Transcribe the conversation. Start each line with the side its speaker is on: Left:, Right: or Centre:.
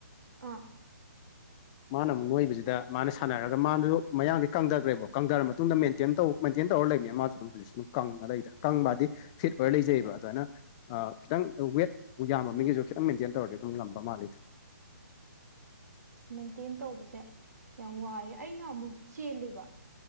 Right: ꯑꯥ
Left: ꯃꯥꯅ ꯑꯃꯨꯛ ꯅꯣꯏꯕꯁꯤꯗ ꯃꯥꯅ ꯁꯥꯟꯅꯔꯒ ꯃꯥꯅꯁꯨ ꯃꯌꯥꯡꯗꯤ ꯀꯪꯊꯈ꯭ꯔꯦꯕ ꯀꯪꯊꯔ ꯃꯇꯨꯡꯗ ꯃꯦꯟꯇꯦꯟꯧ ꯃꯦꯟꯇꯦꯟ ꯇꯧꯔ ꯂꯩꯕ ꯃꯥꯁꯨ ꯁ ꯀꯪꯉ ꯂꯩꯗ ꯀꯪꯕꯗꯤ ꯐꯤꯠ ꯑꯣꯏꯔ ꯂꯩꯖꯩꯑꯕ ꯑꯗꯨꯃꯥꯏꯅ ꯈꯤꯇꯪ ꯋꯦꯠ ꯌꯥꯝꯕ ꯃꯤꯒꯤꯁꯨ ꯈꯤꯇꯪ ꯃꯦꯟꯇꯦꯟ ꯇꯧꯔꯗꯤ ꯑꯗꯨꯝ ꯉꯝꯕ ꯃꯥꯜꯜꯂꯤꯦ ꯑꯗꯨꯝ
Right: ꯃꯦꯟꯇꯦꯟ ꯇꯧꯕꯁꯦ ꯌꯥꯝ ꯋꯥꯔꯦ ꯑꯩꯅ ꯑꯃꯨꯛ ꯆꯦꯜꯂꯦꯕ